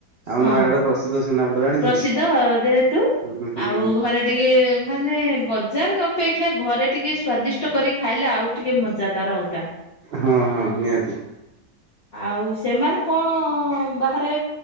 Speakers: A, on the right (about 75°); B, on the left (about 50°).
A: ଆମ
B: ହଁ
A: ନୟାଗଡ ପ୍ରସିଦ୍ଧ ଛେନାପୋଡ ଜାଣିଛନ୍ତି?
B: ପ୍ରସିଦ୍ଧ ଯେହେତୁ
A: ହୁଁ ହୁଁ ହୁଁ
B: ଆଉ ଘରେ ଟିକେ ମାନେ ବ ବଜାର ଅପେକ୍ଷା ଘରେ ଟିକେ ସ୍ଵାଦିଷ୍ଟ କରି ଖାଇଲେ ଆଉ ଟିକେ ମଜା ତାର ଅଲଗା
A: ହଁ ହଁ ନିହାତି
B: ଆଉ ସେମାନେ କଣ ବାହାରେ